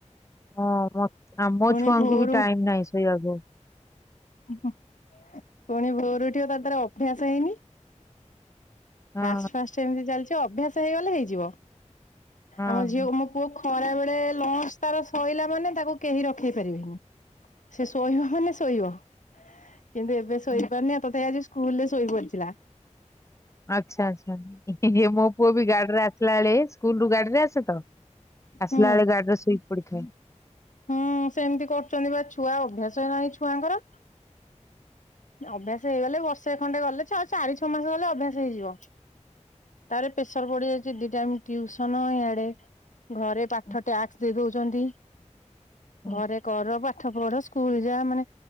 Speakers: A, on the left (about 25°); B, on the left (about 85°).
A: ହଁ ମ, ଆମ
B: ପୁଣି
A: ଛୁଆଙ୍କୁ
B: ଭୋରୁ
A: ବି ଟାଇମ୍ ନାହିଁ ଶୋଇବାକୁ।
B: ହୁଁ, ହୁଁ ପୁଣି ଭୋରୁ ଉଠିବ ତାର ତାର ଅଭ୍ୟାସ ହେଇନି।
A: ହଁ
B: ଫାଷ୍ଟ ଫାଷ୍ଟ ଏମିତି ଚାଲିଛି ଅଭ୍ୟାସ ହେଇଗଲେ ହେଇଯିବ।
A: ହଁ
B: ଆମ ଝିଅକୁ ମୁଁ ପୁଅ ଖରା ବେଳେ ଲଞ୍ଚ ତାର ସଇଲା ମାନେ ତାକୁ କେହି ରଖେଇପାରିବେନି। ସେ ଶୋଇବ ମାନେ ଶୋଇବ କିନ୍ତୁ ଏବେ ଶୋଇପାରୁନି
A: ହଁ।
B: ଆଉ ତଥାପି ଆଜି ସ୍କୁଲ୍ ରେ ଶୋଇପଡ଼ିଥିଲା।
A: ଆଚ୍ଛା ଆଚ୍ଛା ହେଁ ହେ ମୋ ପୁଅ ବି ଗାଡ଼ିରେ ଆସିଲା ବେଳେ ସ୍କୁଲ୍ ରୁ ଗାଡ଼ିରେ ଆସୁ ତ ଆସିଲା
B: ହୁଁ
A: ବେଳେ ଗାଡିର ଶୋଇ ପଡ଼ିଥାଏ।
B: ହୁଁ, ସେମିତି କରୁଚନ୍ତି ବା ଛୁଆ ଅଭ୍ୟାସ ନାହିଁ ଛୁଆଙ୍କର। ଅଭ୍ୟାସ ହେଇଗଲେ ବର୍ଷେ ଖଣ୍ଡେ ଗଲେ ଛଅ ଚାରି ଛଅ ମାସ ଗଲେ ଅଭ୍ୟାସ ହେଇଯିବ। ତାର ପେସର ପଡ଼ିଯାଉଚି ଦି ଟାଇମ୍ ଟିଉସନ୍ ଇଆଡେ। ଘରେ ପାଠ
A: ହୁଁ
B: ଟ୍ୟାକ୍ସ ଦେଇ ଦଉଚନ୍ତି।
A: ହୁଁ।
B: ଘରେ କର ପାଠ ପଢ ସ୍କୁଲ୍ ଯା ମାନେ